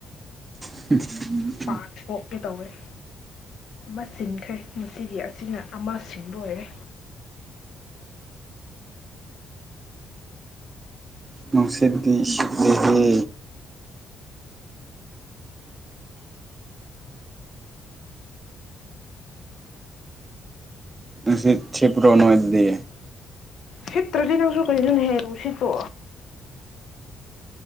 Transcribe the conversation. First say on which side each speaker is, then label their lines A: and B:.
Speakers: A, on the right; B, on the left.
A: <inaudible>
B: ꯄꯥ ꯊꯣꯛꯀꯦ ꯇꯧꯔꯦ ꯑꯃ ꯁꯤꯟꯈ꯭ꯔꯦ ꯉꯁꯤꯒꯤ ꯑꯁꯤꯅ ꯑꯃ ꯁꯤꯟꯕ ꯑꯣꯏꯔꯦ
A: ꯅꯨꯡꯁꯤꯠꯗꯤ ꯁꯤꯠꯂꯦꯍꯦ ꯅꯨꯡꯁꯤꯠ ꯁꯤꯠꯄ꯭ꯔꯣ ꯅꯣꯏꯗꯗꯤ
B: ꯁꯤꯠꯇ꯭ꯔꯗꯤ ꯅꯪꯁꯨ ꯀꯩꯅꯣꯅꯦꯍꯦ ꯅꯨꯡꯁꯤꯠ ꯄꯨ